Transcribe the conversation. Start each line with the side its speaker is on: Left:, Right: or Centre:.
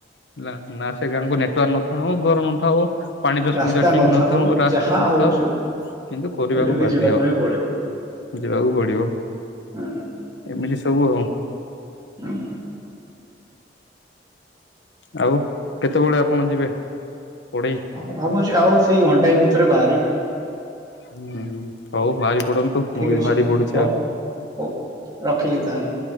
Left: ହେଲା ନା ସେ ଗାଁକୁ ନେଟୱାର୍କ ନଥାଉ ଘର ନଥାଉ ପାଣିର ସୁବିଧା
Right: ରାସ୍ତା
Left: ଠିକ୍ ନଥାଉ ରାସ୍ତା
Right: ଯାହା
Left: ନଥାଉ
Right: ହଉଛି ହଉ ଯୋଉ
Left: କିନ୍ତୁ କରିବାକୁ
Right: ହେଲେ ବି
Left: ବାଧ୍ୟ।
Right: ଯିବାକୁ ହିଁ ପଡିବ
Left: ଯିବାକୁ ପଡ଼ିବ
Right: ହୁଁ
Left: ଏମିତି ସବୁ ଆଉ।
Right: <unintelligible>
Left: ଆଉ କେତେବେଳେ ଆପଣ ଯିବେ ପଡ଼େଇ?
Right: ହଁ ଭାବୁଛି ଆଉ ସେଇ ଘଣ୍ଟାଏ ଭିତରେ ବାହାରିବି ଆଉ।
Left: ହୁଁ ହୁଁ ହଉ ବାହାରି ପଡ଼ନ୍ତୁ
Right: ଠିକ
Left: ମୁଁ ବି
Right: ଅଛି
Left: ବାହାରି ପଡ଼ୁଛି
Right: ହଉ
Left: ଆଉ।
Right: ହଉ ରଖିଲି ତାହେଲେ?